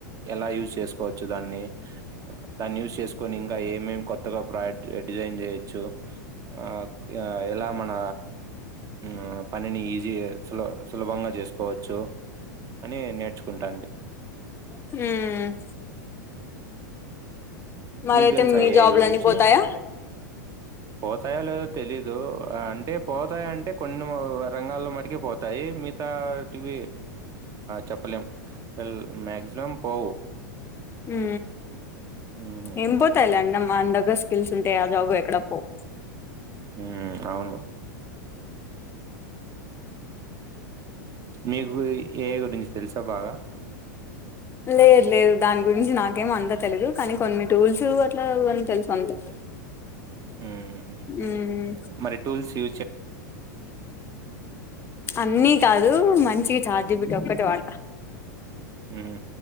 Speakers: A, on the right; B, on the left.
A: ఎలా యూజ్ చేసుకోవచ్చు దాన్ని దాన్ని యూస్ చేసుకొని ఇంకా ఏమేమి కొత్తగా ప్రాజెక్ట్ డిజైన్ చేయొచ్చు ఆ ఎలా మన ఆ పనిని ఈజీ సుల సులభంగా చేసుకోవచ్చు అని నేర్చుకో కుంటాండి
B: హ్మ్ మరైతే
A: మీకు తెలుసా
B: మీ
A: ఎఐ
B: జాబ్లు
A: గురించి
B: అన్ని పోతాయా
A: పోతాయో లేదో తెలీదు అంటే పోతాయ అంటే కొన్ని రంగాల్లో మటుకి పోతాయి మితా టీవ చెప్పలేం మక్సిమం పోవు
B: ఉ
A: హ్మ్.
B: నింబతాల అమ్మా అంద <inaudible> స్కిల్స్ ఉంటే ఎ జాబు ఎక్కడ పోవు
A: హ్మ్ ఆవును మీకు ఏఐ గురించి తెలుసా బాగా
B: లేదు లేదు దాని గురించి నాకేమ అంతా తెలిదు కానీ కొన్ని టూల్స్ అట్లా తెలుసు అంతే
A: హుహు.
B: మ్మ్
A: మరి టూల్స్ యు
B: అన్నీ కాదు మ చి చాట్ జీ పి టి ఒక్కటి వాడత
A: ఉమ్